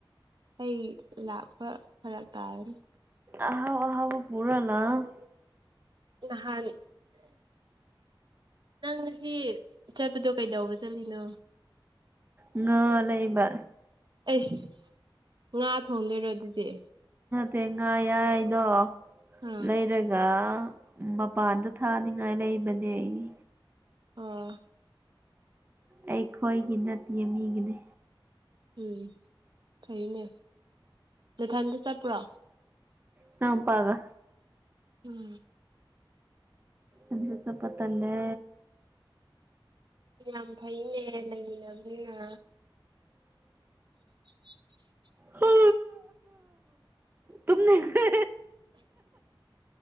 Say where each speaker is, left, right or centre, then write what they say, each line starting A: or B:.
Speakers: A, on the right (about 60°); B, on the right (about 25°).
A: ꯑꯩ ꯂꯥꯛꯄ ꯐꯔꯛ ꯇꯥꯔꯅꯤ
B: ꯑꯍꯥꯎ ꯑꯍꯥꯎ ꯄꯨꯔ ꯂꯥꯛꯑꯣ
A: ꯅꯍꯥꯟ ꯅꯪ ꯉꯁꯤ ꯆꯠꯄꯗꯣ ꯀꯩꯗꯧꯕ ꯆꯠꯂꯤꯅꯣ
B: ꯉꯥ ꯂꯩꯕ
A: ꯑꯩꯁ ꯉꯥ ꯊꯣꯡꯗꯣꯏꯔꯣ ꯑꯗꯨꯗꯤ
B: ꯇꯦꯡꯉꯥꯏ ꯌꯥꯏꯗꯣ
A: ꯑꯥ
B: ꯂꯩꯔꯒ ꯃꯄꯥꯟꯗ ꯊꯥꯅꯤꯉꯥꯏ ꯂꯩꯕꯅꯦ ꯑꯩ
A: ꯑꯣ
B: ꯑꯩꯈꯣꯏꯒꯤ ꯅꯠꯇꯦ ꯃꯤꯒꯤꯅꯦ
A: ꯎꯝ ꯐꯩꯅꯦ ꯅꯊꯟꯗ ꯆꯠꯄ꯭ꯔꯣ
B: ꯏꯅꯥꯎꯄ ꯒ
A: ꯎꯝ
B: ꯏꯊꯟꯇ ꯆꯠꯄ ꯇꯟꯂꯦ
A: ꯌꯥꯝ ꯐꯩꯅꯦ ꯂꯩꯃꯤꯟꯅꯕꯅꯤꯅ <unintelligible>
B: ꯍ ꯇꯨꯝꯅꯤꯡꯑꯦ